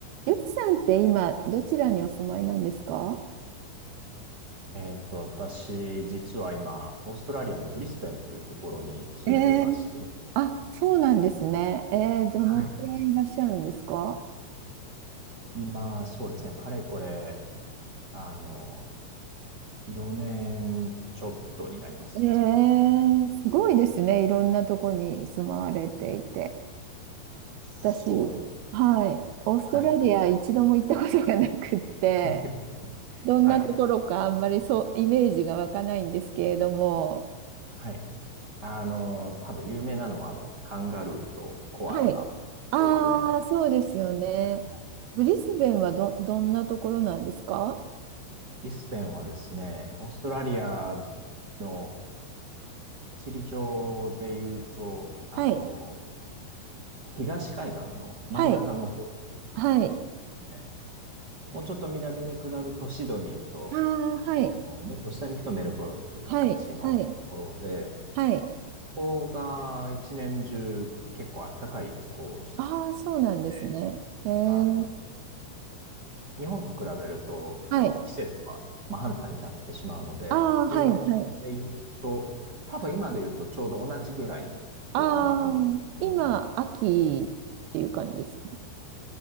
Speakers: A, on the right; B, on the right.
A: ゆきさんって今、どちらにお住まいなんですか
B: えーっと、私、実は今、オーストラリアのブリスベンというところに住んでいまして、
A: えー、あ、そうなんですね。えー、どのくらいいらっしゃるんですか
B: はい。今、そうですね、かれこれ、あの、4年ちょっとになります。
A: えー、すごいですね。いろんなとこに住まわれていて。
B: そうです。
A: 私、はい、オーストラリア一度も行ったことがなくって、
B: はい。<laughs>
A: どんなところかあんまりそう、
B: はい。
A: イメージが湧かないんですけれども。
B: はい。あの、多分有名なのは、あの、カンガルーとコアラが、
A: はい。ああ、
B: こう有名かなと思うんですけども、
A: そうですよね。ブリスベンはど、どんなところなんですか
B: ブリスベンはですね、オーストラリアの地理上で言うと、あの、
A: はい。
B: 東海岸の真ん中の方です
A: はい。はい。
B: ね。もうちょっと南に下るとシドニーと、
A: ああ、はい。
B: あの、もっと下に行くとメルボルンという形のところで、
A: はい。はい。はい。
B: ここが一年中結構暖かい気候
A: ああ、そうなんですね。
B: でして、
A: ええ。
B: あの、日本と比べると、この季節は真反対になってしまうので、
A: はい。ああ、はい。
B: 今
A: はい。
B: で言うと、多分今で言うとちょうど同じぐらいの気候かなと思うんですけども、
A: ああ、今、秋っていう感じです。